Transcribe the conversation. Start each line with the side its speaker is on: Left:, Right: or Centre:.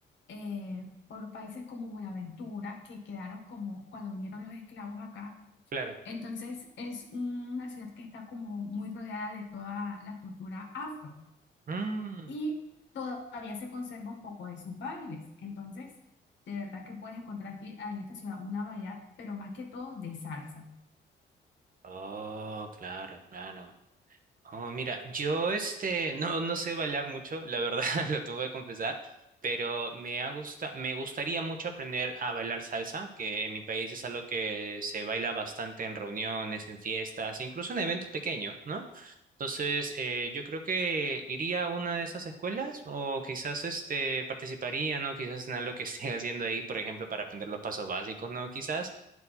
Left: eh, por países como Buenaventura, que quedaron como cuando vinieron los esclavos acá,
Right: claro.
Left: entonces es una ciudad que está como muy rodeada de toda la cultura afro
Right: Mm.
Left: y todavía se conserva un poco de sus bailes. Entonces, de verdad que puedes encontrar aquí ah, en esta ciudad una variedad, pero más que todo de salsa.
Right: Oh, claro, claro. Oh, mira, yo este no, no sé bailar mucho, la verdad, <laughs> lo tengo que confesar, pero me ha gusta, me gustaría mucho aprender a bailar salsa, que en mi país es algo que se baila bastante en reuniones, en fiestas, incluso en eventos pequeños, ¿no? Entonces, eh, yo creo que iría a una de esas escuelas o quizás este participaría, ¿no? Quizás en algo que <laughs> esté haciendo ahí, por ejemplo, para aprender los pasos básicos, ¿no? Quizás.